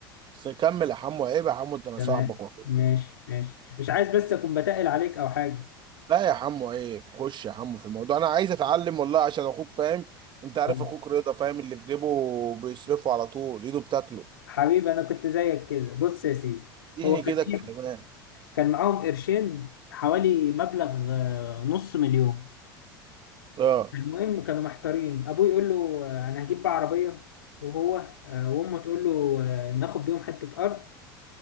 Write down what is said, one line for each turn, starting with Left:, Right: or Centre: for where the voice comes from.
Right: بس كمل يا حمو عيب يا حمو ده انا
Left: تمام
Right: صاحبك واخوك
Left: ماشي ماشي مش عايز بس اكون بتقل عليك او حاجه
Right: لا يا حمو عيب خش يا حمو في الموضوع انا عايز اتعلم والله عشان اخوك فاهم انت عارف
Left: أه،
Right: اخوك رضا فاهم اللي في جيبه بيصرفه على طول ايده بتاكله
Left: حبيبي انا كنت زيك كده بص يا سيدي
Right: اديني
Left: هو كان
Right: كده الكلمات
Left: ايه كان معاهم قرشين حوالي مبلغ آه، نص مليون
Right: اه
Left: المهم كانوا محتارين ابوه يقول له آه، انا هجيب بقى عربيه وهو آه، وامه تقول له آه، ناخد بيهم حته ارض